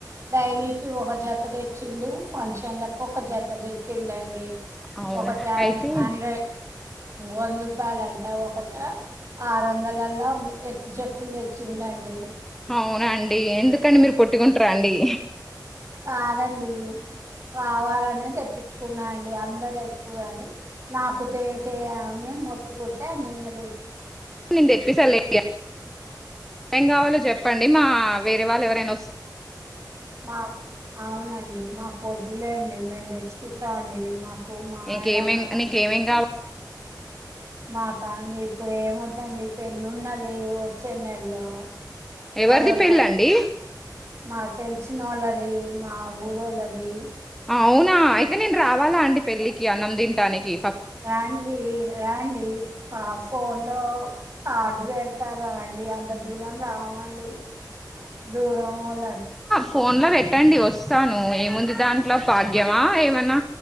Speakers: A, on the right; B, in the centre.
A: డైలీకి ఒక జత వచ్చిండు ఫంక్షన్లకు ఒక జత తెచ్చిడుండి
B: అవునా
A: ఒకటి
B: అయితే
A: ఆండ్ర వంద రూపాయలు అంటే ఒకట ఆరు వందలలా ఎత్తు చెప్పులు తెచ్చిండ అండి
B: అవునండి ఎందుకండి మీరు పట్టుకుంటార అండి
A: కాదండీ కావాలనే తెప్పించుకున్నా అండి అందరు ఏస్కుర్రని నాప్. కుతేతేయ నే మొత్తుకుట్టే నిన్నదె
B: నేన్ తెప్పేసాలే ఇగ ఏం కావాలో జెప్పండి మా వేరే వాళ్ళు ఎవరైనా వస్
A: మావ్ అవున ండి మాకొద్దులేండి మేమ్ తెచ్చుకుట్టా అండి మాక్ కు మా
B: నీకేమేం
A: ఆయన మ
B: నీకేమేం కావాలి
A: మాకా ఇ ఇప్పుడేమొద్దండి పెళ్ళున్నది వచ్చే నెల్లో పదో
B: ఎవరిది పెళ్ళండి
A: తారీ. మాక్ తెల్సినోళ్ళది మా ఊరోళ్ళది
B: అవునా అయితే నేన్ రావాలా అండి పెళ్ళికి అన్నం తింటానికి.
A: రాండి రాండి కాస్ పోన్ లో కార్డు బెడతారా డి అందర్ దూరం రామండి దూరమోల్ల.
B: ఫోన్ లో పెట్టండి వస్తాను ఏముంది దాంట్లో పాగ్యమా ఏమన్నా